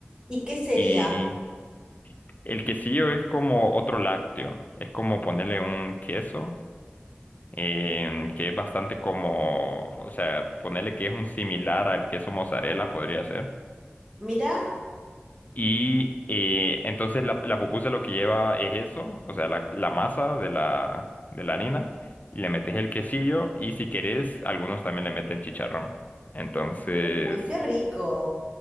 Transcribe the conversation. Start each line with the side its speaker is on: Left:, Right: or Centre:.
Right: ¿Y qué sería?
Left: y el quesillo es como otro lácteo, es como ponerle un queso. em, que es bastante como, o sea, ponerle que es un similar al queso mozzarella, podría ser.
Right: Mirá.
Left: Y eh, entonces la, la pupusa lo que lleva es eso, o sea, la, la masa de la, de la harina, y le metes el quesillo y si querés, algunos también le meten chicharrón. Entonces,
Right: Uy, qué rico.